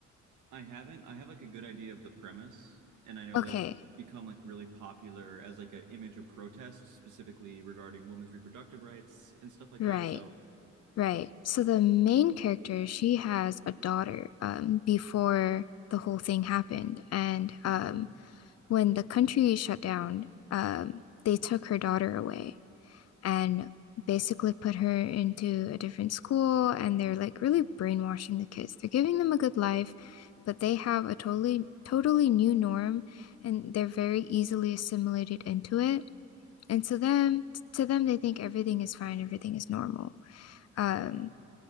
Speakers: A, on the right (about 80°); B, on the left (about 55°).
A: I haven't. I have like a good idea of the premise, and I know
B: Okay,
A: that it's become like really popular as like an image of protest, specifically regarding women's reproductive rights and stuff like
B: right,
A: that. So
B: right. So the main character, she has a daughter um, before the whole thing happened, and
A: hmm
B: um, when the country shut down, um, they took her daughter away. and basically put her into a different school. And they're like really brainwashing the kids. They're giving them a good life, but they have a totally, totally new norm and they're very easily assimilated into it. And so them to them they think everything is fine, everything is normal. Um,
A: hmm